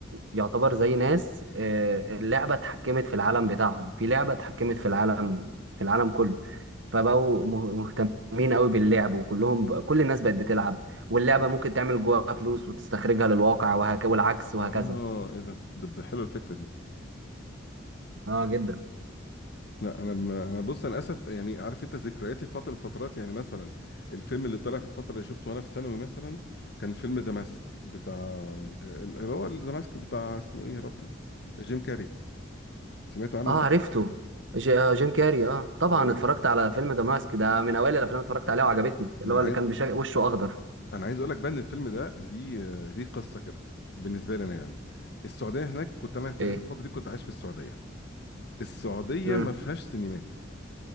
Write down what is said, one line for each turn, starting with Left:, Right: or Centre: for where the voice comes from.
Right: يعتبر زي ناس آه، اللعبة اتحكمت في العالم بتاعهم في لعبة اتحكمت في العالم في العالم كله فبقوا مه- مهتمين قوي باللعب وكلهم بقى كل الناس بقت بتلعب واللعبة ممكن تعمل جواها فلوس وتستخرجها للواقع وهك والعكس وهكذا
Left: اه ايه ده ده ده حلو الفكره دي
Right: اه جدا
Left: لا انا م... انا بص انا اسف يعني عارف انت ذكرياتي في فتره من الفترات يعني مثلا الفيلم اللي طلع في الفتره اللي شفته وانا في ثانوي مثلا كان فيلم ذا ماسك بتاع آه، اللي هو ذا ماسك بتاع اسمه ايه يا ربي جيم كاري سمعت عنه
Right: اه
Left: ده
Right: عرفته ج- جيم كاري اه طبعا
Left: وانا
Right: اتفرجت على فيلم ذا ماسك ده من اوائل الافلام اللي اتفرجت عليها وعجبتني اللي
Left: عايز
Right: هو اللي كان بشا... وشه اخضر
Left: انا عايز اقول لك بقى ان الفيلم ده دي آه، دي قصه كده بالنسبه لي انا يعني السعوديه هناك كنت انا ساعتها
Right: ايه
Left: الفتره دي كنت عايش في السعوديه السعوديه
Right: امم
Left: ما فيهاش سينمات